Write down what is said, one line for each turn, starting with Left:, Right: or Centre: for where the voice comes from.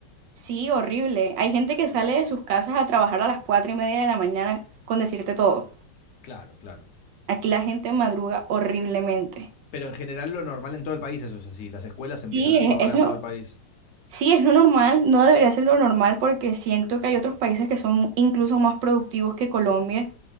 Right: sí, horrible. Hay gente que sale de sus casas a trabajar a las cuatro y media de la mañana con decirte todo.
Left: Claro, claro.
Right: Aquí la gente madruga horriblemente.
Left: Pero en general lo normal en todo el país eso es así. Las escuelas empiezan
Right: Sí,
Left: a
Right: es,
Left: esa hora
Right: es
Left: en
Right: lo,
Left: todo el país.
Right: Sí, es lo normal, no debería ser lo normal porque siento que hay otros países que son incluso más productivos que Colombia